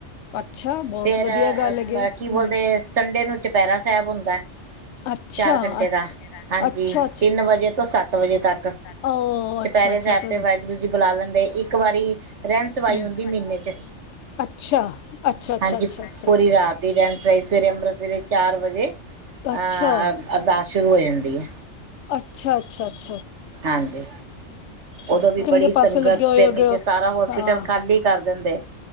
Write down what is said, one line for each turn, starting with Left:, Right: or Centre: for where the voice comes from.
Left: ਅੱਛਾ ਬਹੁਤ
Right: ਫੇਰ
Left: ਵਧੀਆ ਗੱਲ ਹੈਗੀ ਹੈ
Right: ਕੀ ਬੋਲਦੇ
Left: ਹੂੰ
Right: ਸੰਡੇ ਨੂੰ ਚੁਪਹਿਰਾ ਸਾਹਿਬ ਹੁੰਦੈ।
Left: ਅੱਛਾ
Right: ਚਾਰ ਘੰਟੇ
Left: ਅੱਛ
Right: ਦਾ, ਹਾਂਜੀ
Left: ਅੱਛਾ
Right: ਤਿੰਨ ਵਜੇ ਤੋਂ ਸੱਤ ਵਜੇ ਤੱਕ।
Left: ਓਹ
Right: ਚੁਪਹਿਰੇ
Left: ਅੱਛਾ ਅੱਛਾ।
Right: ਸਾਹਿਬ
Left: ਬੁਲਾ
Right: ਤੇ ਵਾਹਿਗੁਰੂ ਜੀ ਬੁਲਾ ਲੈਂਦੇ, ਇੱਕ ਵਾਰੀ ਰਹਿਣ ਸਵਾਈ
Left: ਹੂੰ
Right: ਹੁੰਦੀ ਮਹੀਨੇ ਚ।
Left: ਅੱਛਾ ਅੱਛਾ ਅੱਛਾ
Right: ਹਾਂਜੀ
Left: ਅੱਛਾ ਅੱਛਾ
Right: ਪੂਰੀ ਰਾਤ ਦੀ ਰਹਿਣ ਸਵਾਈ ਸਵੇਰੇ ਅੰਮ੍ਰਿਤ ਸਵੇਰੇ ਚਾਰ ਵਜੇ ਅ
Left: ਅੱਛਾ।
Right: ਅਰਦਾਸ ਸ਼ੁਰੂ ਹੋ ਜਾਂਦੀ ਐ।
Left: ਅੱਛਾ, ਅੱਛਾ, ਅੱਛਾ।
Right: ਹਾਂਜੀ।
Left: ਅੱਛਾ,
Right: ਉਦੋਂ ਵੀ ਬੜੀ
Left: ਚੰਗੇ ਪਾਸੇ
Right: ਸੰਗਤ
Left: ਲੱਗੇ ਹੋਏ
Right: ਫਿਰ
Left: ਹੈਗੇ
Right: ਨੀਚੇ
Left: ਓ
Right: ਸਾਰਾ ਹੋਸਪਿਟਲ
Left: ਹਾਂ।
Right: ਖਾਲੀ ਕਰ ਦਿੰਦੇ